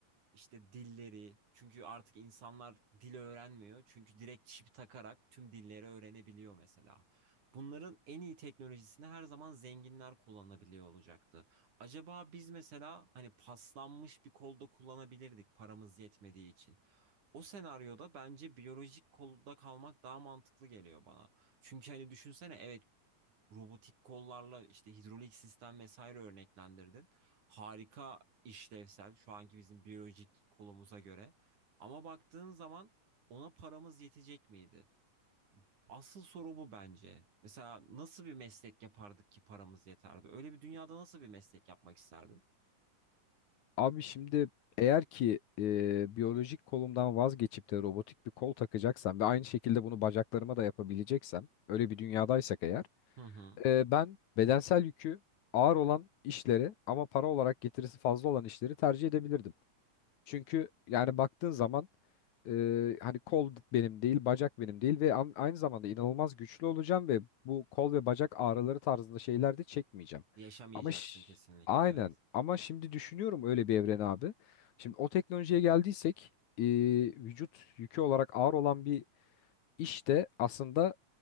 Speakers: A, on the right; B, on the left.
A: işte dilleri. Çünkü artık insanlar dil öğrenmiyor. Çünkü direkt çip takarak tüm dilleri öğrenebiliyor mesela. Bunların en iyi teknolojisini her zaman zenginler kullanabiliyor olacaktı. Acaba biz mesela hani paslanmış bir kolda kullanabilirdik paramız yetmediği için. O senaryoda bence biyolojik kolda kalmak daha mantıklı geliyor bana. Çünkü hani düşünsene evet robotik kollarla işte hidrolik sistem vesaire örneklendirdin. Harika işlevsel şu anki bizim biyolojik kolumuza göre. Ama baktığın zaman ona paramız yetecek miydi? Asıl soru bu bence. Mesela nasıl bir meslek yapardık ki paramız yeterdi? Öyle bir dünyada nasıl bir meslek yapmak isterdin?
B: Abi şimdi eğer ki e, biyolojik kolumdan vazgeçip de robotik bir kol takacaksam ve aynı şekilde bunu bacaklarıma da yapabileceksem öyle bir dünyadaysak eğer
A: Hı hı.
B: Ee, ben bedensel yükü ağır olan işleri ama para olarak getirisi fazla olan işleri tercih edebilirdim. Çünkü yani baktığın zaman e, hani kol benim değil, bacak benim değil ve an- aynı zamanda inanılmaz güçlü olacağım ve bu kol ve bacak ağrıları tarzında şeyler de çekmeyeceğim.
A: Yaşamayacaksın
B: Ama ş-
A: kesinlikle.
B: aynen
A: Evet.
B: ama şimdi düşünüyorum öyle bir evren abi. Şimdi o teknolojiye geldiysek e, vücut yükü olarak ağır olan bir iş de aslında